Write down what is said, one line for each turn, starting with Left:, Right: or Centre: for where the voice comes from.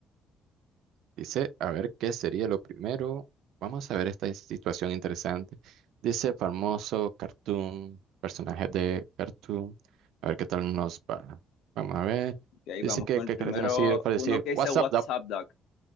Right: Dice, a ver, ¿qué sería lo primero? Vamos a ver esta situación interesante. Dice, famoso cartoon, personaje de cartoon. A ver qué tal nos va. Vamos a ver.
Left: Ok, ahí
Right: Dice
Left: vamos
Right: que,
Left: con
Right: que
Left: el primero,
Right: cartoon así parece,
Left: uno que dice
Right: What's
Left: What's
Right: up, Doc?
Left: Up, Doc.